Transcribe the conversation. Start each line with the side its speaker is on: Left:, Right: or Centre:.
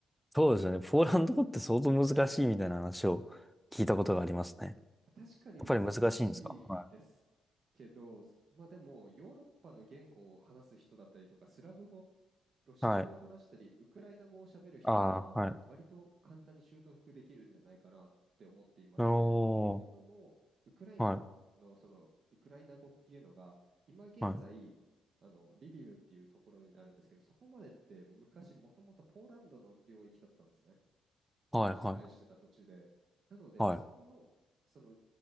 Centre: そうですよね。ポーランド語って相当難しいみたいな話を聞いたことがありますね。
Right: 確かに難しいです
Centre: やっぱり難しいんですかは
Right: けど、まあでもヨーロッパの言語を話す人だったりとかスラブ語ロシア語を話したり、
Centre: い。はい。
Right: ウクライナ語を喋る人は、
Centre: ああ、はい。
Right: 割と簡単に習得できるんじゃないかなって思っていまして、
Centre: おー。
Right: というのも、ウクライナの、
Centre: はい。
Right: そのウクライナ語っていうのが、今現在、
Centre: はい。
Right: あのリビウっていうところになるんですけど、そこまでって昔、もともとポーランドの領域だったんですね。
Centre: はい。
Right: その支配してた土地で。
Centre: はい。
Right: なので、
Centre: はい。
Right: そこの、その